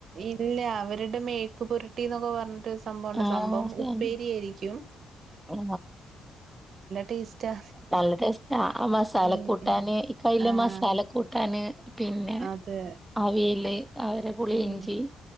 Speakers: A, on the right; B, in the centre.
A: ഇല്ല അവരുടെ മേക്കുപുരുട്ടി എന്നൊക്കെ പറ സംഭവണ്ട
B: ആ
A: സംഭവം
B: ശരി.
A: ഉപ്പേരി ആയിരിക്കും
B: ആ
A: ടേസ്റ്റാ
B: നല്ല ടേസ്റ്റ് ആ മസാല
A: ഉം
B: കൂട്ടാന്
A: ഉം
B: പല
A: ആഹ്
B: മസാല കൂട്ടാന് പിന്നെ
A: അതെ
B: അവിയല് അവരെ പുളിഞ്ചി
A: ഉം